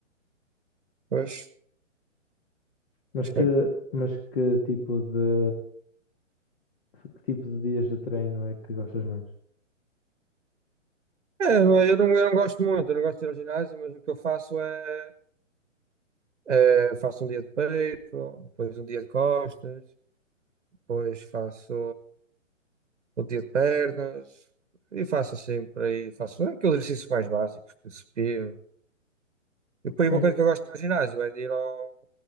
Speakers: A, on the right; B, on the left.
A: pois,
B: Mas
A: sim.
B: que, mas que tipo de, que tipo de dias de treino é que gostas mais?
A: É, mas eu não, eu não gosto muito, eu não gosto de ir ao ginásio, mas o que eu faço é. Eh, faço um dia de peito, depois um dia de costas, depois faço o dia de pernas e faço sempre aí, faço aqueles exercícios mais básicos, de supino. E depois
B: Sim.
A: uma coisa que eu gosto no ginásio é de ir ao,